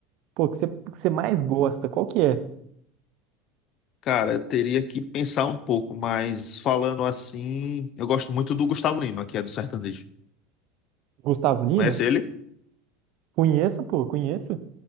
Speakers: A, on the right; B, on the left.
A: Pô, que você, que você mais gosta, qual que é?
B: Cara, eu teria que pensar um pouco, mas falando assim, eu gosto muito do Gustavo Lima, que é do sertanejo.
A: Gustavo Lima?
B: Conhece ele?
A: Conheço, pô, conheço.